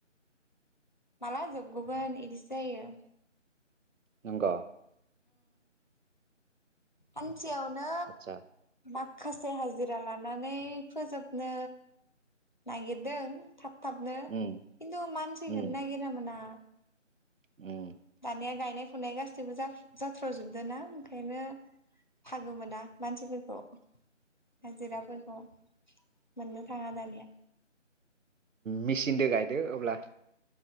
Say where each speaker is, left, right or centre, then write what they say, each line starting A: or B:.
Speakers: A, on the left; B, on the right.
A: माला जोबगगोन इदिसो जायो
B: नोंंग
A: उम सेयावनो
B: आदसा
A: मा खायसे हाजिरा लानानै फोजोबनो नागिरदों थाब थाबनो खिन्थु
B: उम
A: मानसिखोनो
B: उम
A: नागिरना मोना
B: उम
A: दानिया गायनाय फुनाय गासैबो जाथ्र'जोबदों ना ओंखायनो फागो मोना मानसिफोरखौ हाजिराफोरखौ। मोननो थाङा दानिया।
B: मेचिदो गायदो अब्ला।